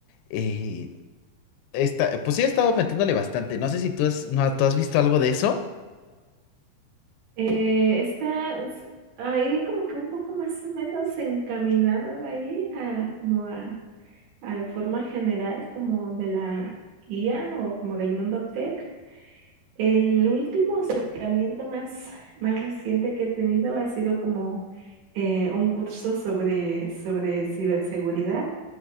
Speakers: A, on the left (about 85°); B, on the right (about 75°).
A: Eh, esta, pues sí, he estado metiéndole bastante. No sé si tú, has- no, ¿tú has visto algo de eso.
B: Eh, está s- ahí como que un poco más o menos encaminado ahí a como a, a la forma general como de la IA o como del mundo tech. El último acercamiento más, más reciente que he tenido ha sido como eh, un curso sobre, sobre ciberseguridad.